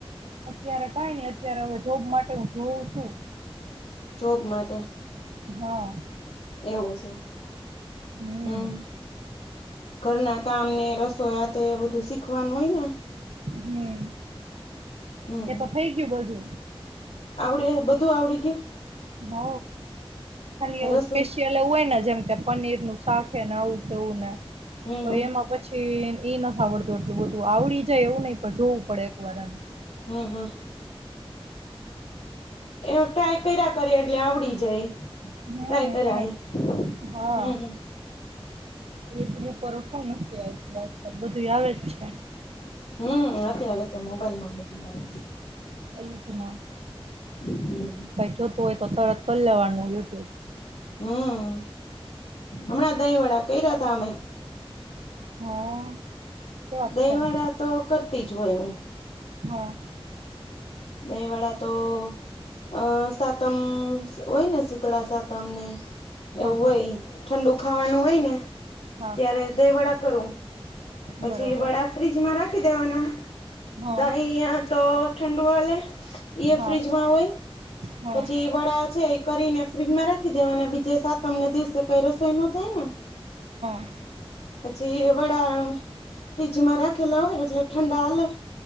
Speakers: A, on the right; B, on the left.
A: અત્યારે કઈ નઈ અત્યારે હવે જોબ માટે હું જોઉં છું.
B: જોબ માટે
A: હા.
B: એવું છે.
A: હમ
B: હમ્મ ઘરના કામને રસોયા તે એ બધું શીખવાનું હોય ને.
A: હમ્મ.
B: હમ
A: એ તો થઈ ગયું બદુ.
B: આવડે હે બધું આવડી ગયું
A: હ ખાલી એવું
B: રસોઈ
A: સ્પેશિયલ એવું હોય ને જેમ કે પનીર નું શાકને આવું તેવું ને
B: હમ
A: તો
B: હમ
A: એમાં પછી એઈ નથી આવડતું એટલું બધું આવડી જાય એવું નહી પણ જોવું પડે એક વારમ
B: હમ, હમ એ ટ્રાય કર્યા કરે એટલે આવડી જાય
A: હમ
B: ટ્રાય કર્યા
A: એમજ હા
B: હમ
A: એ બ પરફોમત નથી આપ્યું અ બધું આવે છે
B: હમ અત્યારે તો મોબાઈલમાં બધું આવે છે
A: એ જ ના
B: હમ
A: ભાઈ જોતું હોય તો તરત કરી લેવાનું યુટ્યુબ
B: હમ હમણાં દહી વડા કર રહ્યા હતા અમે
A: હા કેવા અત્યારે
B: દહીવાડા તો કરતી જ હોય હું
A: હા
B: દહીવાડા તો અ સાતમ હોય ને શીતળા સાતમને
A: હા
B: એવું
A: હા
B: હોય ઠંડુ ખાવાનું હોય ને
A: હા
B: ત્યારે દહી વડા કરું પછી
A: બરોબર
B: વડા ફ્રીજમાં રાખી દેવાના
A: હા
B: દહી તો ટઅલે. એ
A: હા
B: ફ્રીજમાં હોય
A: હા
B: પછી વડા છે એ કરીને ફ્રીજમાં રાખી દેવાના બીજે સાતમને દિવસે કઈ રસોઈ ન થાય ને
A: હા
B: પછી વડા ફ્રીજમાં રાખેલા હોય એટલે ઠંડા હાલે